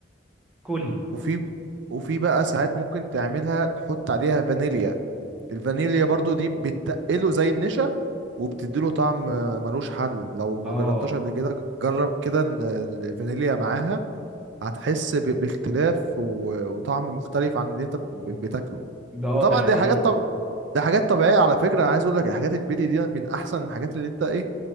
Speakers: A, in the centre; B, on the right.
A: كل
B: وفي وفي بقى ساعات ممكن تعملها تحط عليها فانيليا الفانيليا برضو دي بتقله زي النشا وبتديله طعم آه، ملوش حل لو ما
A: اه
B: جربتهاش قبل كده جرب كده ال- الفانيليا معاها هتحس ب... باختلاف و... وطعم مختلف عن اللي انت ب... بتاكله
A: ده اه
B: وطبعا
A: ده حقيقي
B: دي حاجات طب... ده حاجات طبيعية على فكرة أنا عايز أقول لك الحاجات البيتي دي من أحسن الحاجات اللي أنت إيه